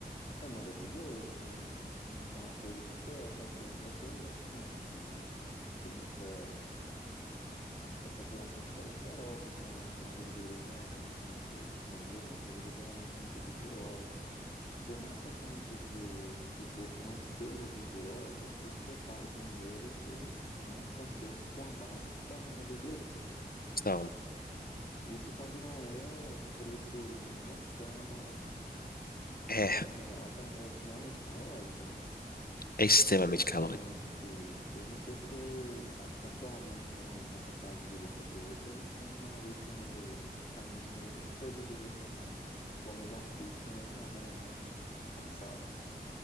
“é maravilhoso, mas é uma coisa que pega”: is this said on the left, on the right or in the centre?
Left